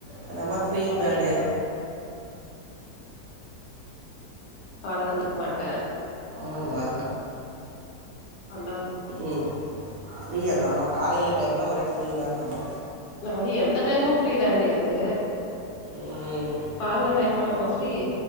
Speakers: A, on the right; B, on the left.
A: அந்தம்மா ஃபிரீ பேடு
B: காலங் எந்திரிக்மாட்ட
A: இம்மா
B: அல்லால்
A: ம் ஃப்ரீ அந்த அம்மா காலைல டைம்ல ஒரே ஃப்ரீதா அந்தம்மா
B: அது எந்த டைமு ஃப்ரீதான்டி அது
A: ம்
B: கால்ல டைம் மட்டுமா ஃப்ரீ